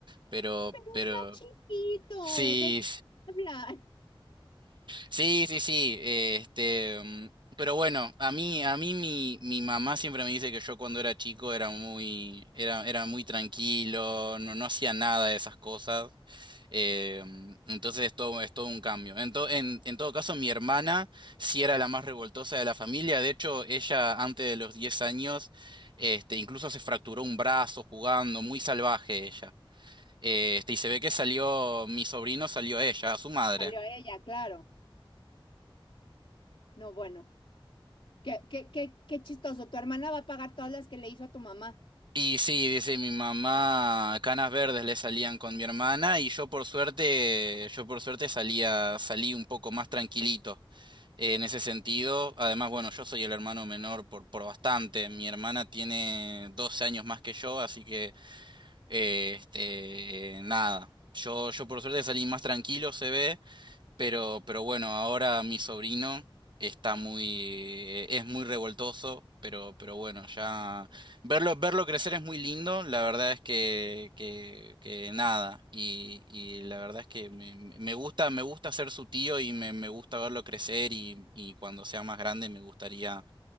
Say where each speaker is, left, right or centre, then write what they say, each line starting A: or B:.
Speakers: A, on the right; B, on the left.
A: Pero,
B: Pero
A: pero
B: está chiquito,
A: Sí,
B: ¿de qué habla?
A: sí, sí, sí. eh, Este, mm, pero bueno, a mí, a mí mi, mi mamá siempre me dice que yo cuando era chico era muy, era, era muy tranquilo, no, no hacía nada de esas cosas. eh, mm, entonces es todo, es todo un cambio. En, to- en, en todo caso, mi hermana sí era la más revoltosa de la familia. De hecho, ella antes de los 10 años, este, incluso se fracturó un brazo jugando, muy salvaje ella. Eh, Este, y se ve que salió, mi sobrino salió ella, a su madre.
B: Salió a ella, claro. No, bueno, qué, qué, qué, qué chistoso. Tu hermana va a pagar todas las que le hizo a tu mamá.
A: Y sí, dice mi mamá, canas verdes le salían con mi hermana y yo por suerte, yo por suerte salía, salí un poco más tranquilito eh, en ese sentido. Además, bueno, yo soy el hermano menor por, por bastante. Mi hermana tiene 12 años más que yo, así que eh, este, nada. Yo, yo por suerte salí más tranquilo, se ve. Pero, pero bueno, ahora mi sobrino está muy, eh, es muy revoltoso, pero, pero bueno, ya verlo, verlo crecer es muy lindo, la verdad es que, que, que nada, y, y la verdad es que me, me gusta, me gusta ser su tío y me, me gusta verlo crecer y, y cuando sea más grande me gustaría